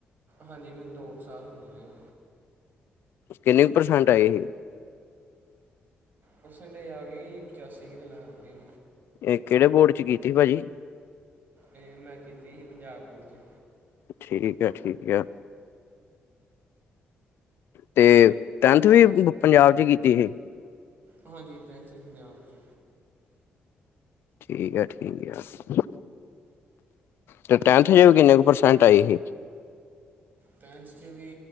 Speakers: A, on the right; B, on the left.
A: ਹਾਂਜੀ ਮੈਨੂੰ ਦੋ ਸਾਲ ਹੋ ਅਲੇ ਆ।
B: ਕਿੰਨੀ ਪ੍ਰਸੈਂਟ ਆਈ ਹੀ।
A: ਪਰਸੈਂਟੇਜ ਆ ਗਈ ਹੀ ਪਚਾਸੀ ਕਿ ਲਾਗੇ।
B: ਇਹ ਕਿਹੜੇ ਬੋਰਡ ਚ ਕੀਤੀ ਭਾਜੀ
A: ਇਹ ਮੈਂ ਕੀਤੀ ਹੀ ਪੰਜਾਬ ਬੋਰਡ 'ਚ
B: ਠੀਕ ਆ ਠੀਕ ਆ ਤੇ ਟੈਨਥ ਵੀ ਪੰਜਾਬ ਚ ਕੀਤੀ ਹੀ
A: ਹਾਂਜੀ ਟੈਂਥ ਇ ਪੰਜਾਬ ਚ
B: ਠੀਕ ਏ ਠੀਕ ਤੇ ਟੈਂਠ ਚ ਕਿੰਨੇ ਕ ਪਰਸੈਂਟ ਆਈ ਹੀ
A: ਟੈਂਥ ਚ ਵੀ